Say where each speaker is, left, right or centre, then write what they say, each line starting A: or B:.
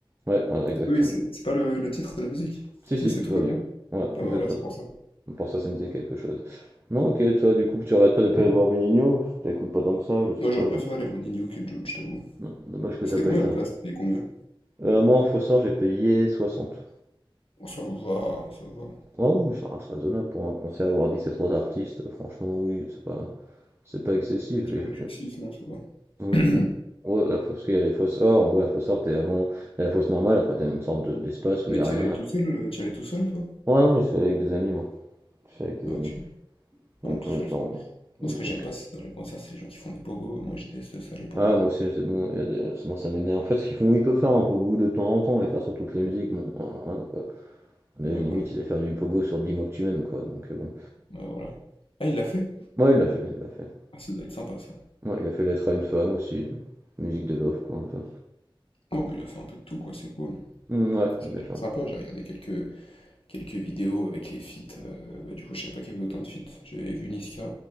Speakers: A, on the right; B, on the left.
A: Ouais, voilà, exactement.
B: Oui, c'est c'est pas le, le titre de la musique.
A: Si,
B: Si,
A: si,
B: c'est
A: tout
B: Tout
A: va
B: va
A: bien.
B: bien.
A: Ouais,
B: Ah
A: exactement.
B: bah voilà, c'est pour ça.
A: Pour ça, ça me disait quelque chose. Non, ok, toi, du coup, tu arrêtes pas de pas avoir vu T'écoutes pas tant que ça, je sais
B: Moi,
A: pas.
B: j'aurais préféré
A: du-
B: aller voir Nino que Jules, je t'avoue.
A: Non, dommage que
B: Mais
A: t'as
B: c'était
A: pas
B: combien
A: été.
B: la place? T'as payé combien?
A: Euh, moi, en faux sort, j'ai payé 60.
B: Oh, ça va, ça va.
A: Oh oui, ça reste raisonnable pour un concert, avoir 17 autres artistes, euh, franchement, oui, c'est pas, c'est pas excessif.
B: C'est
A: les-
B: pas
A: les-
B: excessif, non, ça va.
A: Oui,
B: <clears throat>
A: Ouais, la fausse- parce qu'il y a les fausses or, en vrai, la fausse or, t'es avant, il y a la fausse normale, après t'as une sorte de- d'espace où
B: Mais
A: il y
B: t'y
A: a rien.
B: allais tout seul, euh, t'y allais tout seul, toi?
A: Ouais, non, je suis allé avec des amis, moi. Je suis allé avec
B: Ah
A: des
B: ok.
A: amis.
B: Non,
A: Donc
B: tout
A: on
B: seul,
A: était
B: ça-
A: en... on
B: Moi, ce
A: était
B: que j'aime
A: que-
B: pas c'est dans les concerts, c'est les gens qui font les pogos. Moi, je déteste ça, les pogos.
A: Ah, moi aussi, c'est bon, il y a des- c'est bon, ça m'énerve. En fait, ce qu'ils font, ils peuvent faire un pogo de temps en temps, et faire sur toutes les musiques, bon, hein, hein, quoi. Mais
B: Ouais,
A: limite,
B: voilà.
A: ils allaient faire du pogo sur 10 mois que tu m'aimes, quoi, donc euh, bon.
B: Ouais, voilà. Ah, il l'a fait?
A: Moi, il l'a fait, il l'a fait.
B: Ah, ça doit être sympa, ça.
A: Ouais, il a fait Lettre à une femme aussi, musique de Love quoi un peu.
B: Ouais, bah, il a fait un peu de tout, quoi, c'est cool.
A: Mmh, ouais,
B: Ça
A: il
B: a
A: a fait
B: l'air
A: un
B: sympa, j'ai regardé quelques, quelques vidéos avec les feats. euh, bah, du coup, je savais pas qu'il y avait autant de feats. J'avais vu Niska,